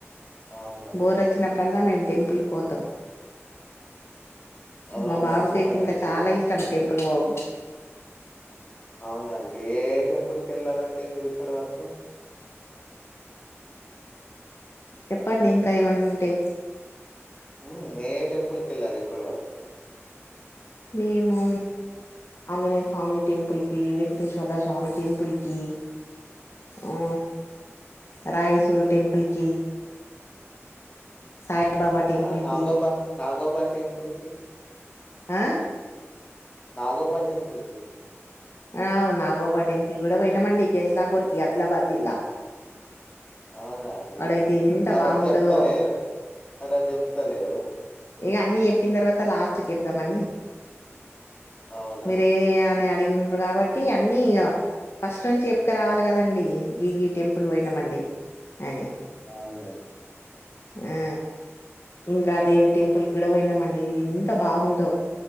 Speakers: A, on the left (about 25°); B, on the left (about 60°).
A: అవునండి.
B: బోర్ వచ్చినప్పుడల్లా మేము టెంపుల్ పోతం
A: ఓహ్!
B: మా బాబుకైతే
A: మంచి పనండి.
B: ఇంకా చాలా ఇష్టం టేం పలువును
A: అవునండి ఏ టెంపులు కి కెళ్ళారా అండి మీరు ఇప్పటివరకు
B: చెప్పట్ని ఇంకా ఏమన్నుంటే
A: ఉ ఏ ఏ టెంపుల్కేళ్లారు ఇప్పటి వరకు
B: మేము ఆంజనేయ స్వామి టెంపుల్ కి వెంకటేశ్వర స్వామి టెంపుల్ కి ఆ రాయసురు టెంపుల్ కి సాయిబాబా టెంపుల్
A: ఆ నాగోబా
B: కి
A: నాగోబా టెంపుల్కి
B: ఆ
A: నాగోబా టెంపుల్కి
B: అవునాగోబా టెంపుల్ కూడా పోయినామండి కేస్లాపూర్ కి ఆదిలాబాద్ జిల్లా
A: అవునా అండి
B: ఆడైతే ఎంత
A: మరి
B: బాగుంటదో
A: అ చెప్తలేరు మరి అ చెప్తలేరు
B: ఇగ అన్ని చెప్పిన తర్వాత లాస్ట్ కి చెప్దామని
A: అవునా?
B: మీరు ఏవీ ఏవీ అనీ అడిగి ఉండ్రు కాబట్టి, అన్ని ఇగ ఫస్ట్ నుంచి చెప్కరావాలి కదండి. గిగి టెంపుల్ పోయినమండి అని.
A: అవునం
B: ఆ ఇంద్రాదేవి టెంపుల్క్కుడా పోయినామండీ ఎంత బాగుందో